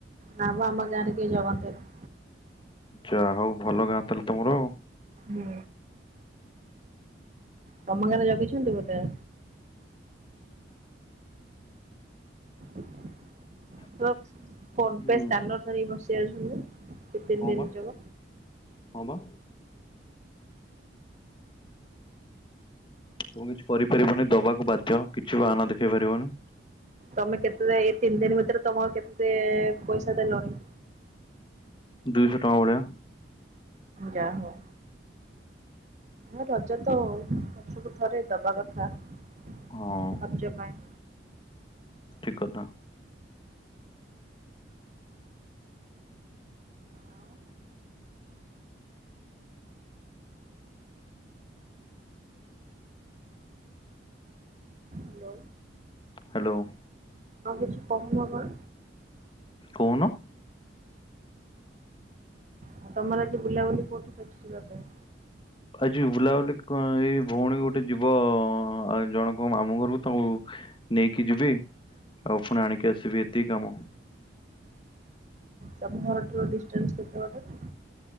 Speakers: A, on the right; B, on the left.
A: ନାଁ, ମ ଆମ ଗାଁରେ କେଇ ଜଗନ୍ତିନି।
B: ଯା ହଉ ଭଲ ଗାଁ ତାହାଲେ ତମର ଆଉ।
A: ହୁଁ, ତମ ଗାଁରେ ଜଗିଛନ୍ତି ବୋଧେ! <unintelligible> ଫୋନ୍ ପେ
B: ହୁଁ
A: ସ୍କାନର ଧରିକି ବସି ଯାଉଛନ୍ତି। ଦି ତିନି
B: ହଁବା,
A: ଦିନ ଯିବ।
B: ହଁବା! ତୁ କିଛି କରିପାରିବୁନି ଦବାକୁ ବାଧ୍ୟ। କିଛି ବାହାନା ଦେଖେଇ ପାରିବୁନି।
A: ତମେ କେତେ ଯାଏ ଏଇ ତିନି ଦିନ ଭିତରେ ତମ କେତେ ପଇସା ଦେଲଣି।
B: ଦୁଇଶହ ଟଙ୍କା ଭଳିଆ।
A: ଯା ହଉ। ଆ ରଜ ତ ବର୍ଷକୁ ଥରେ ଦବା କଥା ଖର୍ଚ୍ଚ
B: ହଁ
A: ପାଇଁ।
B: ଠିକ କଥା।
A: ଆଉ ହ୍ୟାଲୋ
B: ହ୍ୟାଲୋ।
A: ଆଉ କିଛି କହୁନ କଣ?
B: କହୁନ।
A: ଆଉ ତମର ଆଜି ବୁଲାବୁଲି କୋଉଠିକି ଅଛି ଯିବା ପାଇଁ।
B: ଆଜି ବୁଲାବୁଲି କ। ଏଇ ଭଉଣୀ ଗୋଟେ ଯିବ ଜଣଙ୍କ ମାମୁ ଘରକୁ ତାଙ୍କୁ ନେଇକି ଯିବି ଆଉ ଫୁଣି ଆଣିକି ଆସିବି ଏତିକି କାମ।
A: ତମ ଘର ଠାରୁ ଡିଷ୍ଟାନ୍ସ କେତେ ବାଟ କି?